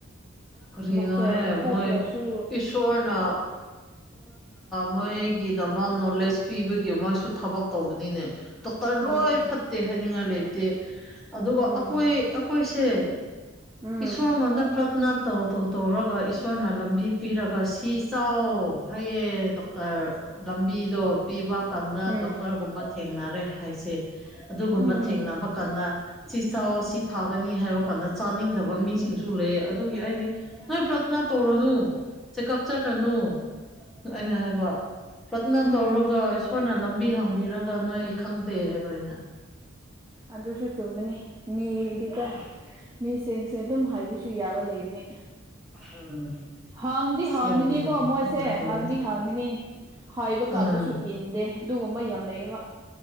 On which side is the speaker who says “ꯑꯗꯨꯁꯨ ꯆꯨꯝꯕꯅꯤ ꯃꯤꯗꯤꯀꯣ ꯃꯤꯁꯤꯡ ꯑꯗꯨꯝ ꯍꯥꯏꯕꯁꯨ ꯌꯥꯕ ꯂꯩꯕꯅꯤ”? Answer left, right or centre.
Right